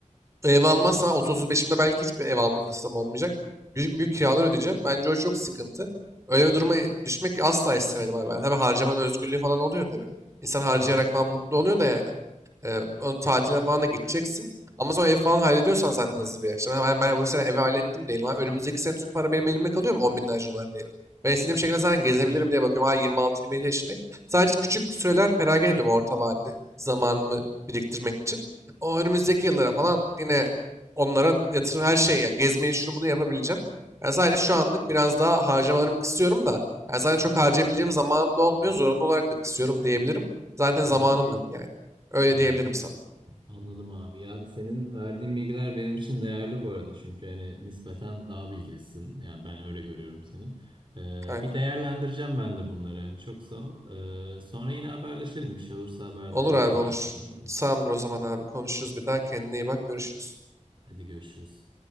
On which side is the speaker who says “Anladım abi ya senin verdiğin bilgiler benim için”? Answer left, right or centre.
Right